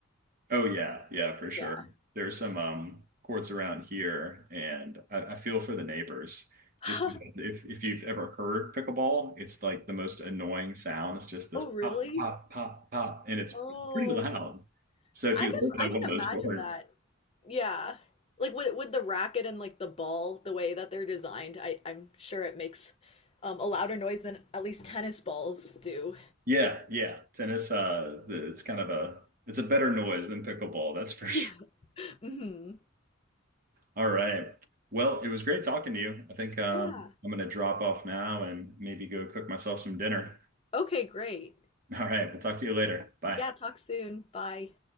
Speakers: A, on the right (about 45°); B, on the left (about 30°).
A: Oh yeah, yeah, for sure.
B: Yeah.
A: There's some um courts around here, and I, I feel for the neighbors.
B: <laughs>
A: Just because if if you've ever heard pickleball, it's like the most annoying sound. It's just this
B: Oh, really?
A: pop, pop, pop, pop, and it's
B: Oh,
A: pretty loud. So if
B: I
A: you
B: guess
A: live by
B: I
A: one
B: can
A: of
B: imagine
A: those courts,
B: that. Yeah. Like with with the racket and like the ball, the way that they're designed, I I'm sure it makes um, a louder noise than at least tennis balls do.
A: yeah, yeah, tennis, uh, the- it's kind of a it's a better noise than pickleball, that's for <laughs> sure.
B: Yeah. <laughs> hmm
A: All right. Well, it was great talking to you. I think um,
B: Yeah.
A: I'm gonna drop off now and maybe go cook myself some dinner.
B: Okay, great.
A: All right. We'll talk to you later. Bye.
B: Yeah, talk soon. Bye.